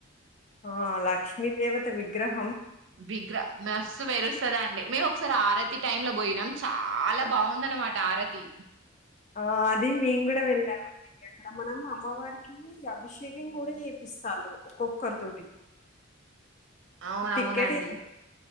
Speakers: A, on the left (about 35°); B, on the right (about 65°).
A: ఆ లక్ష మీ దేవత విగ్రహ
B: విగ్రహ మస్తు మెరుస్తది అండి మేము ఒకసారి ఆ ఈ టైం లో పోయినాం చాలా బాగుందనమాట ఆరతి
A: ఆ అది మేము కూడా వెళ్ళామండి, అక్కడ మనం అమ్మవారికి అభిషేకం కూడా చేపిస్తాలు ఒక్కొక్కరి తోటి
B: అవునవునండి
A: టికెట్